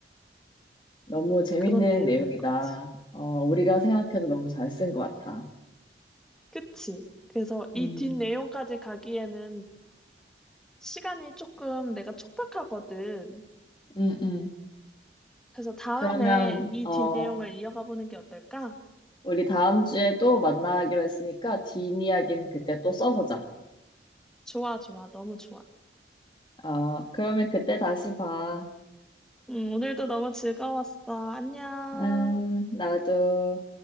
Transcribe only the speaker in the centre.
그런 내용인
거지.
그치? 그래서 이
뒷내용까지 가기에는 시간이 조금 내가 촉박하거든.
그래서 다음에
이
뒷내용을 이어가 보는 게 어떨까?
좋아, 좋아. 너무 좋아.
음, 오늘도 너무 즐거웠어. 안녕.